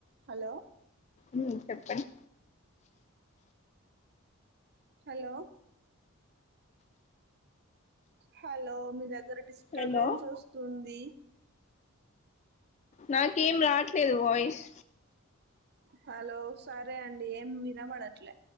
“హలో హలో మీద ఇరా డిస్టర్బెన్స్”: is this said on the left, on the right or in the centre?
Right